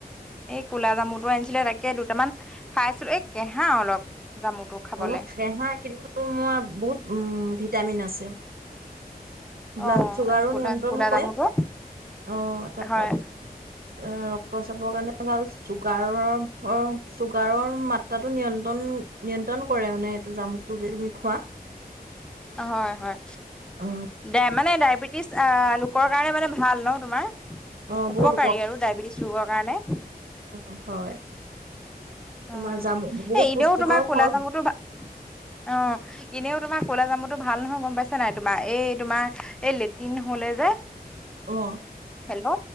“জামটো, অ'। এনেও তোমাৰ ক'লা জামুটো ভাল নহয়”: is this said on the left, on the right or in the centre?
Centre